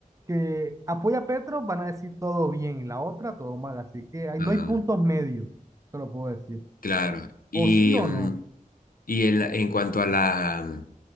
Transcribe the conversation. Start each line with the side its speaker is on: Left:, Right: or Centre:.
Right: que apoya a Petro, van a decir todo bien, y la otra todo mal. Así que hay- no
Left: Ajá,
Right: hay puntos medios, te lo puedo decir.
Left: claro. Y,
Right: O sí
Left: mm,
Right: o no.
Left: Y el- en cuanto a la, mm,